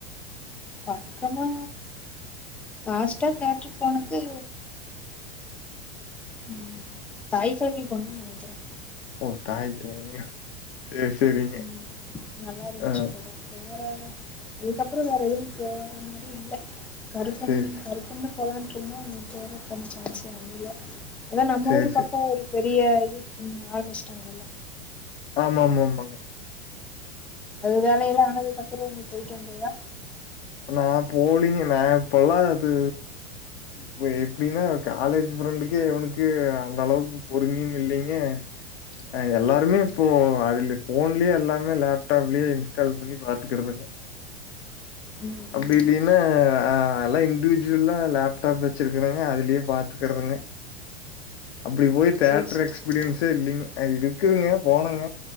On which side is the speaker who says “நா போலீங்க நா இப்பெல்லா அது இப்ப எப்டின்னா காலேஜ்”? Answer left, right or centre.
Left